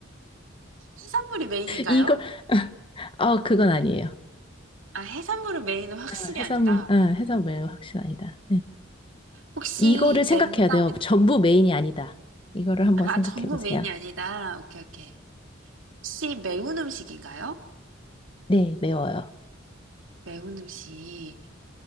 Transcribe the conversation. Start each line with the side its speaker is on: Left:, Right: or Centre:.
Right: 해산물이 메인인가요?
Left: 이걸, <laughs> 어, 그건 아니에요.
Right: 아, 해산물은 메인은 확실히
Left: 어, 해산물,
Right: 아니다.
Left: 어, 해산물 확실아니다
Right: 혹시
Left: 이거를 생각해야
Right: 맵나요?
Left: 돼요. 전부 메인이 아니다. 이거를 한번
Right: 아,
Left: 생각해
Right: 전부
Left: 보세요.
Right: 메인이 아니다. 오케이, 오케이. 혹시 매운 음식인가요?
Left: 네, 매워요.
Right: 매운 음식.